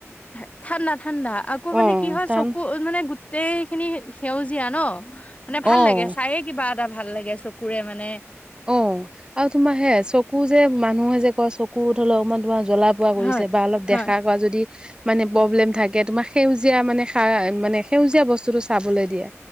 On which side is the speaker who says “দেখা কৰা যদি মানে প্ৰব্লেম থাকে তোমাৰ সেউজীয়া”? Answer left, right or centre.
Right